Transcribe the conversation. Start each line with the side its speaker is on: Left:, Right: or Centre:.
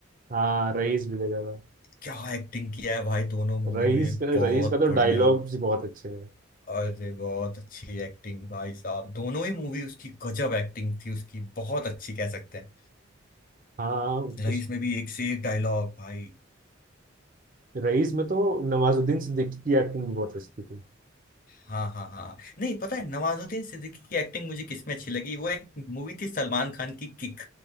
Right: हाँ रईस भी देखा था
Left: क्या एक्टिंग किया है भाई दोनों मूवी
Right: रईस
Left: में
Right: का
Left: बहुत
Right: रईस का तो
Left: बढ़िया
Right: डायलॉग्स भी बहुत अच्छे हैं
Left: अरे बहुत अच्छी एक्टिंग भाई साहब दोनों ही मूवी उसकी गजब एक्टिंग थी उसकी बहुत अच्छी कह सकते हैं
Right: हाँ
Left: रईस
Right: उस
Left: में भी एक से एक डायलॉग भाई
Right: रईस में तो नवाजुद्दीन सिद्दीकी की एक्टिंग भी बहुत अच्छी थी
Left: हाँ हाँ हाँ नहीं पता है नवाजुद्दीन सिद्दीकी की एक्टिंग मुझे किसमें अच्छी लगी वो एक मूवी थी सलमान खान की किक